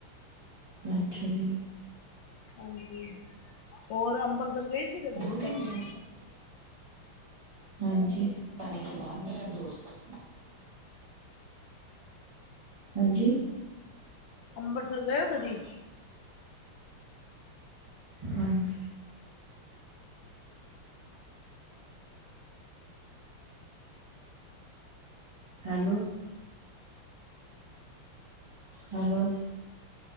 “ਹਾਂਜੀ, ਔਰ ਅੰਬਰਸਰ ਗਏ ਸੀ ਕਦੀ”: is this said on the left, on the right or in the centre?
Left